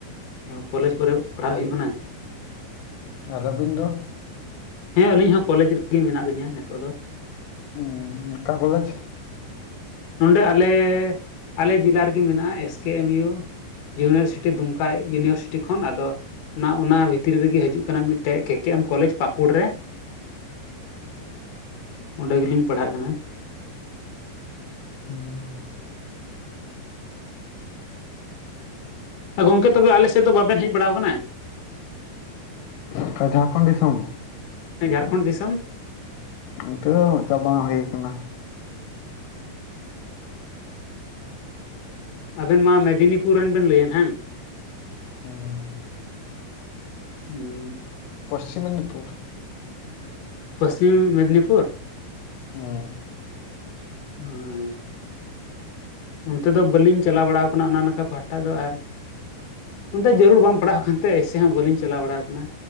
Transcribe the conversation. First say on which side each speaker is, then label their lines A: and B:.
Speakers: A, on the left; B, on the left.
A: ᱠᱚᱞᱮᱡᱽ ᱠᱚᱨᱮ ᱯᱟᱲᱦᱟᱜ ᱦᱩᱭᱩᱜ ᱠᱟᱱᱟ
B: ᱟᱨ ᱟᱵᱤᱱ ᱫᱚ?
A: ᱦᱮᱸ ᱟᱹᱞᱤᱧ ᱦᱚᱸ ᱠᱚᱞᱮᱡᱽ ᱨᱮᱜᱮ ᱢᱮᱱᱟᱜ ᱞᱤᱧᱟ ᱱᱤᱛᱚᱜ ᱫᱚ
B: ᱩᱸᱻ ᱚᱠᱟ ᱠᱚᱞᱮᱡᱽ?
A: ᱱᱚᱰᱮ ᱟᱞᱮ ᱟᱞᱮ ᱡᱮᱞᱟ ᱨᱮᱜᱮ ᱢᱮᱱᱟᱜᱼᱟ S K M U university ᱫᱩᱢᱠᱟ ᱤᱭᱩᱱᱤᱵᱷᱟᱨᱥᱤᱴᱤ ᱠᱷᱚᱱ ᱟᱫᱚ ᱚᱱᱟ ᱚᱱᱟ ᱵᱷᱤᱛᱨᱤ ᱨᱮᱜᱮ ᱦᱤᱡᱩᱜ ᱠᱟᱱᱟ ᱢᱤᱫᱴᱮᱡ ᱠᱮ ᱠᱮ ᱮᱢ ᱠᱚᱞᱮᱡᱽ ᱯᱟᱟᱹᱠᱩᱲ ᱨᱮ ᱚᱸᱰᱮ ᱜᱮᱞᱤᱧ ᱯᱟᱲᱦᱟᱜ ᱠᱟᱱᱟ
B: ᱦᱩᱸ
A: ᱜᱚᱝᱠᱮ ᱛᱚᱵᱮ ᱟᱞᱮ ᱥᱮᱫ ᱫᱚ ᱵᱟᱵᱮᱱ ᱦᱮᱡ ᱵᱟᱲᱟᱟᱣ ᱟᱠᱟᱱᱟ?
B: ᱚᱠᱟ ᱡᱷᱟᱲᱠᱷᱚᱱᱰ ᱫᱤᱥᱚᱢ?
A: ᱦᱮᱸ ᱡᱷᱟᱲᱠᱷᱚᱸᱰ ᱫᱤᱥᱚᱢ
B: ᱱᱤᱛᱟᱹ ᱪᱟᱵᱟ ᱦᱩᱭ ᱠᱟᱱᱟ
A: ᱟᱵᱮᱱ ᱢᱟ ᱢᱮᱫᱽᱱᱤᱯᱩᱨ ᱨᱮᱱ ᱵᱮᱱ ᱞᱟᱹᱭᱮᱱ ᱦᱮᱸ
B: ᱦᱚᱸ
A: ᱦᱮᱸ
B: ᱯᱚᱥᱪᱤᱢ ᱢᱮᱫᱽᱱᱤᱯᱩᱨ
A: ᱯᱚᱥᱪᱤᱢ ᱢᱮᱫᱽᱱᱤᱯᱩᱨ
B: ᱦᱩᱸ
A: ᱦᱳᱭ ᱚᱱᱛᱮ ᱫᱚ ᱵᱟᱹᱞᱤᱧ ᱪᱟᱞᱟᱣ ᱵᱟᱲᱟᱣ ᱟᱠᱟᱱᱟ ᱚᱱᱟ ᱱᱚᱝᱠᱟ ᱯᱟᱦᱟᱴᱟ ᱫᱚ ᱟᱨ ᱚᱱᱛᱮ ᱡᱟᱹᱨᱩᱲ ᱵᱟᱝ ᱯᱟᱲᱟᱣ ᱟᱠᱟᱱ ᱛᱮ ᱮᱭᱥᱮ ᱦᱚᱸ ᱵᱟᱹᱞᱤᱧ ᱪᱟᱞᱟᱣ ᱵᱟᱲᱟᱣ ᱟᱠᱟᱱᱟ